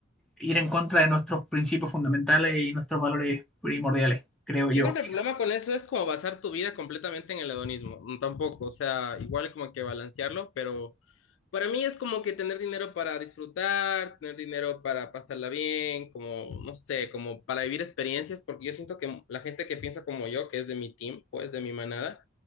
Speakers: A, in the centre; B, on the left.
A: ir en contra de nuestros principios fundamentales y nuestros valores primordiales, creo
B: Yo
A: yo.
B: creo que el problema con eso es como basar tu vida completamente en el hedonismo, mm, tampoco, o sea, igual como que balancearlo, pero Para mí es como que tener dinero para disfrutar, tener dinero para pasarla bien, como, no sé, como para vivir experiencias, porque yo siento que la gente que piensa como yo, que es de mi team, pues de mi manada,